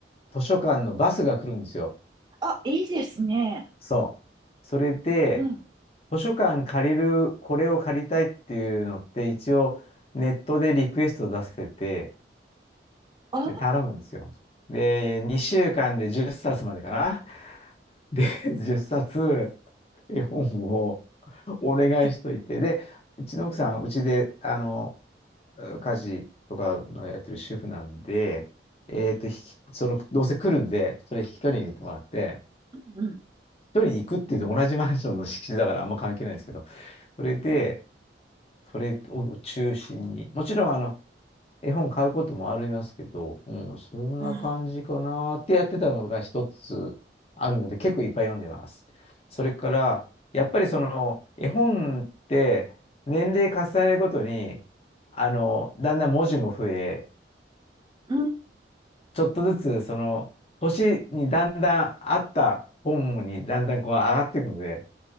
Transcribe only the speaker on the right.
あ、いいですね。
うん。
あ、は
い
うんうん。
うん。
うん。